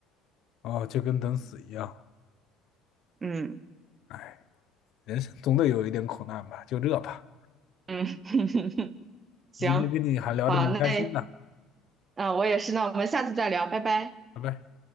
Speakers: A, on the left; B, on the right.
A: 哦，就跟等死一样。
B: 嗯
A: 哎，人生总得有一点苦难吧，就这吧。
B: 嗯，<laughs> 行，
A: 今天跟你还聊得蛮开心的，
B: 好，那。啊，我也是，那我们下次再聊，拜拜。
A: 拜拜。